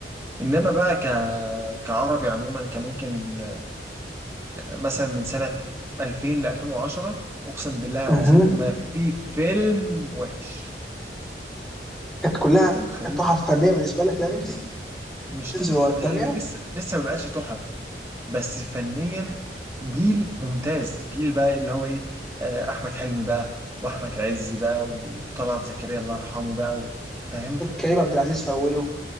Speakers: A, on the right; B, in the centre.
A: انما بقى ك... كعربي عموما كان ممكن مثلا من سنة 2000 ل 2010 اقسم بالله العظيم
B: اها
A: ما في فيلم وحش
B: كانت كلها
A: انت متخيل
B: تحف فنيه بالنسبه لك يعني
A: مش
B: بتنزل
A: تحف
B: ورا
A: فن...
B: الثانيه
A: هي من لسه لسه ما بقاش تحف بس فنيا جيل ممتاز جيل بقى اللي هو ايه آه، احمد حلمي بقى واحمد عز بقى وطلعت زكريا الله يرحمه بقى و- فاهم
B: كريم عبد العزيز في اوله